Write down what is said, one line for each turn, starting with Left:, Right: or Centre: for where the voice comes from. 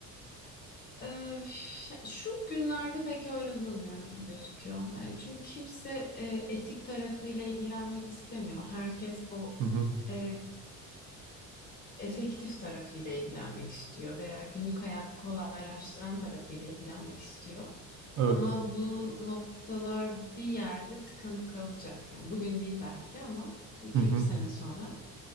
Left: Ee, ş- şu günlerde pek öyle durmuyor gibi gözüküyor. Yani çünkü kimse e, etik tarafıyla ilgilenmek istemiyor. Herkes o
Right: Hı hı.
Left: e, efektif tarafıyla ilgilenmek istiyor veya günlük hayatı kolaylaştıran tarafıyla ilgilenmek istiyor.
Right: Evet.
Left: Ama bu noktalar bir yerde tıkanıp kalacak. Yani bugün değil belki ama 2-3
Right: Hı hı.
Left: sene sonra